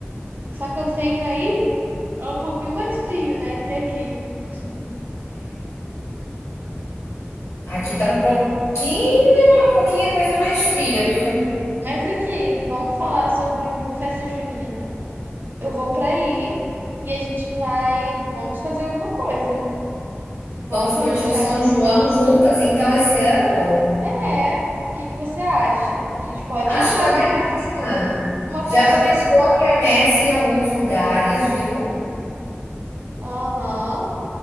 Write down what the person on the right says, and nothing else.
Só que eu sei que aí é um pouquinho mais frio, né? Que aqui. Hum,
é.
Mas aqui, vamos falar sobre festa junina. Eu vou pra aí e a gente vai. Vamos fazer alguma coisa. Vamos
planejar
alguma
É. O que que você acha? A gente pode
fazer
uma, f- uma
festinha.
Aham.